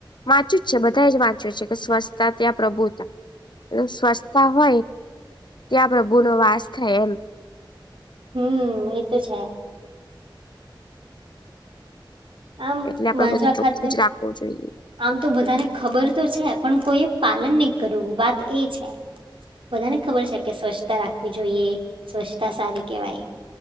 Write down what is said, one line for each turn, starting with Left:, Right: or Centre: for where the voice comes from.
Left: વાંચ્યું જ છે બધા જ વાંચ્યું છે કે સ્વચ્છતા ત્યાં પ્રભુતા સ્વચ્છતા હોય ત્યાં પ્રભુનોો વાસ થાય એમ
Right: હમ એ તો છે આમ
Left: એટલે આપડે
Right: વાજવા
Left: બધું ચોખ્ખું
Right: ખાતર
Left: જ રાખવું જોઈએ
Right: આમ તો બધાને ખબર તો છે પણ કોઈ પાલન નહી કરવું વાત એ છે બધાને ખબર છે કે સ્વચ્છતા રાખવી જોઈએ સ્વચ્છતા સારી કેવાય